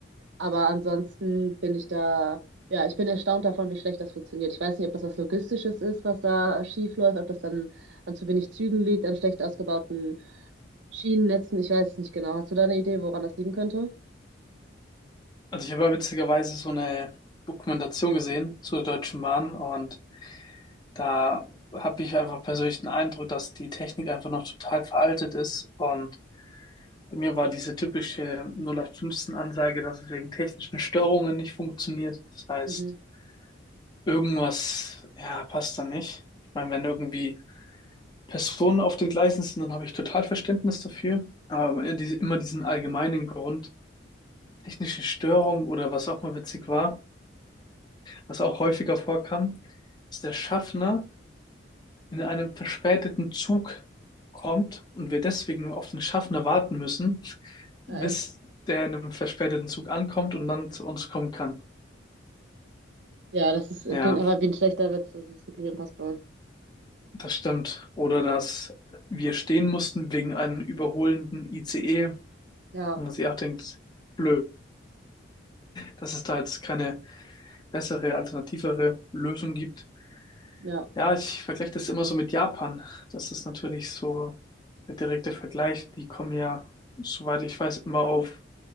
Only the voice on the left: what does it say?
Also ich habe ja witzigerweise so eine Dokumentation gesehen zur Deutschen Bahn und da habe ich einfach persönlich den Eindruck, dass die Technik einfach noch total veraltet ist und Bei mir war diese typische 0815-Ansage, dass es wegen technischen Störungen nicht funktioniert. Das heißt,
irgendwas, ja, passt da nicht. Ich meine, wenn irgendwie Personen auf den Gleisen sind, dann habe ich total Verständnis dafür. Aber immer diesen allgemeinen Grund, technische Störung oder was auch mal witzig war, was auch häufiger vorkam, dass der Schaffner in einem verspäteten Zug kommt und wir deswegen nur auf den Schaffner warten müssen,
bis
der in einem verspäteten Zug ankommt und dann zu uns kommen kann.
Ja,
das stimmt. Oder dass wir stehen mussten wegen einem überholenden ICE. Und
man sich auch denkt, blöd, dass es da jetzt keine bessere, alternativere Lösung gibt.
Ja, ich vergleiche das immer so mit Japan. Das ist natürlich so der direkte Vergleich. Die kommen ja, soweit ich weiß, immer auf